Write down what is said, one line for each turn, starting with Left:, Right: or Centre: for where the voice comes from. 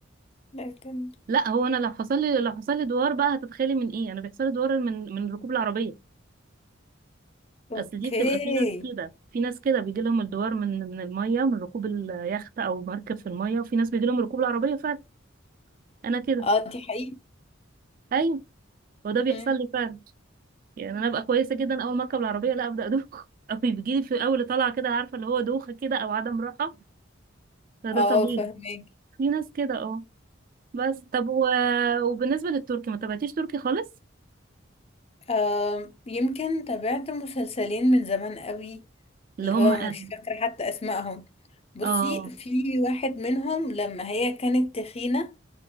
Left: لكن
Right: لا هو انا لو حصل لي لو حصل لي دوار بقى هتتخيلي من ايه انا بيحصل لي دوار من من ركوب العربيه
Left: اوكي
Right: اصل دي بتبقى في ناس كده في ناس كده بيجي لهم الدوار من من الميه من ركوب اليخت او مركب في الميه وفي ناس بيجي لهم ركوب العربيه فعلا انا كده
Left: اه دي حقيقة
Right: ايوه وده بيحصل
Left: مم.
Right: لي فعلا يعني انا ابقى كويسه جدا اول ما اركب العربيه لا ابدا ادوخ <laughs> او بيجي لي في اول طلعه كده عارفه اللي هو دوخه كده او عدم راحه فده
Left: اه
Right: طبيعي
Left: فهمك
Right: في ناس كده اه بس طب و... وبالنسبه للتركي ما تابعتيش تركي خالص
Left: آم، يمكن تابعت مسلسلين من زمان قوي
Right: اللي
Left: اللي
Right: هم
Left: هو
Right: اه
Left: مش فاكرة حتى اسمائهم بصي
Right: اه
Left: في واحد منهم لما هي كانت تخينة